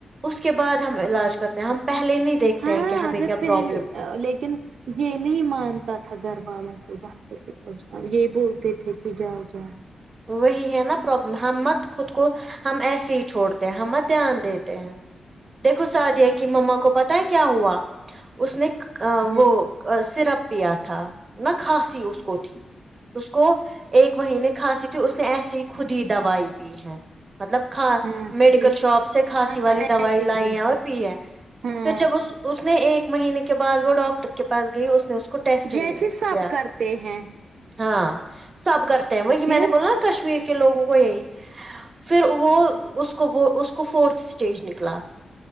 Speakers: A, on the right (about 35°); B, on the right (about 70°).
A: اس کے بعد ہم علاج کرتے ہیں ہم پہلے نہیں دیکھتے
B: ہاں
A: ہیں کہ ہمیں
B: اگر
A: کیا
B: پہلے
A: پرابلم ہے
B: لیکن یہ نہیں مانتا تھا گھر والوں کو ڈاکٹر کے پاس جاؤ یہ بولتے تھے کہ جاؤ جاؤ
A: وہی ہے نا پرابلم ہم مت خود کو ہم ایسے ہی چھوڑتے ہیں ہم مت دھیان دیتے ہیں دیکھو سعادیہ کی ماما کو پتا ہے کیا ہوا اس نے
B: ہاں
A: وہ سرپ پیا تھا نہ کھانسی اس کو تھی اس کو ایک مہینے کھانسی تو اس نے ایسی ہی خود ہی دوائی پی ہے مطلب کا
B: ہاں
A: میڈیکل
B: پھر
A: شاپ سے کھانسی والی
B: ہاں
A: دوائی
B: ایسے
A: لائی
B: ہی
A: ہے اور پی ہے
B: ہاں
A: پھر جب اس نے ایک مہینے کے بعد وہ ڈاکٹر کے پاس گئی اس نے اس کو کو ٹیسٹ
B: جیسے سب
A: کیا
B: کرتے ہیں
A: ہاں سب کرتے ہیں وہی
B: پھر
A: میں نے بولا کشمیر کے لوگوں کو یہی پھر وہ اس کو اس کو فورتھ اسٹیج نکلا